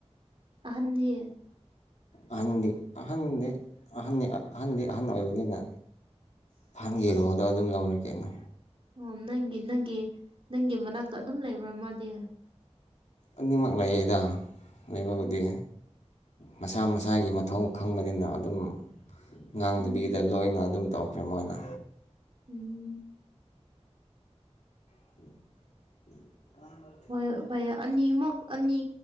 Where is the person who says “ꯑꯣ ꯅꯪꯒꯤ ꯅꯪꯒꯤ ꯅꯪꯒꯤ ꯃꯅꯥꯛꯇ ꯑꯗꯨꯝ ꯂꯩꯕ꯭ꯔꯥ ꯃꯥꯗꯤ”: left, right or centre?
Right